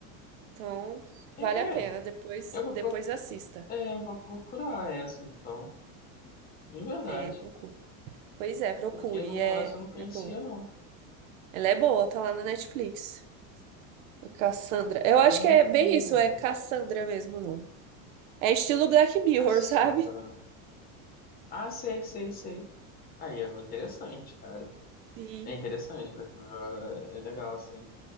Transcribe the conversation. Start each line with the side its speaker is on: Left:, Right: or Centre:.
Right: Então, vale
Left: É,
Right: a
Left: é,
Right: pena. Depois,
Left: eu vou,
Right: depois
Left: pro-
Right: assista.
Left: é, eu vou procurar essa então, de verdade,
Right: É, procure. Pois é, procure.
Left: porque não,
Right: É,
Left: essa eu não conhecia
Right: é boa.
Left: não.
Right: Ela é boa, tá lá na Netflix. A Cassandra. Eu
Left: Ah,
Right: acho que é bem isso, é Cassandra mesmo o nome. É estilo Black Mirror,
Left: Cassandra.
Right: <laughs> sabe?
Left: né? Ah, sei, sei, sei. Aí é interessante, cara.
Right: Sim.
Left: É interessante, porque, ah, é legal assim.